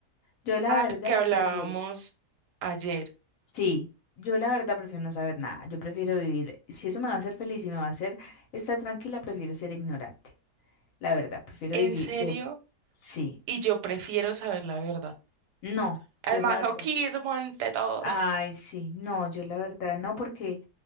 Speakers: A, on the left; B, on the right.
A: Yo la
B: Ah,
A: verdad
B: que hablábamos
A: prefiero.
B: ayer.
A: Sí, yo la verdad prefiero no saber nada. Yo prefiero vivir, si eso me va a hacer feliz y me va a hacer estar tranquila, prefiero ser ignorante. La verdad, prefiero
B: ¿En
A: vivir,
B: serio?
A: yo, sí,
B: Y yo prefiero saber la verdad.
A: no,
B: Al
A: yo
B: masoquismo
A: la verdad.
B: ante todo.
A: Ay,
B: <laughs>
A: sí, no, yo la verdad no, porque,